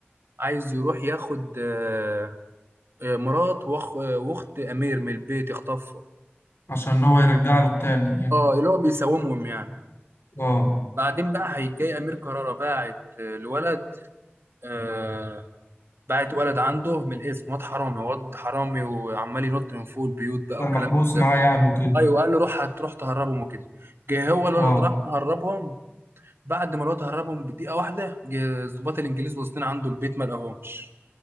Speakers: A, on the right (about 65°); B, on the left (about 70°).
A: عايز يروح ياخد آه آه، مرات واخ آه، واخت امير من البيت يخطفها
B: عشان هو يرجع له التاني يعني.
A: اه اللي هو بيساومهم يعني
B: اه
A: بعدين بقى هيجي امير كرارة باعت آه، الولد آه، بعت ولد عنده من الاسم واد حرامي واد حرامي وعمال ينط من فوق البيوت بقى
B: كان
A: وكلام
B: محبوس معاه يعني وكده
A: ايوه قال له روح هتروح تهربهم وكده جه هو الولد
B: اه
A: راح مهربهم بعد ما الولد هربهم بدقيقه واحده جه الضباط الانجليز واصلين عنده البيت ما لقاهمش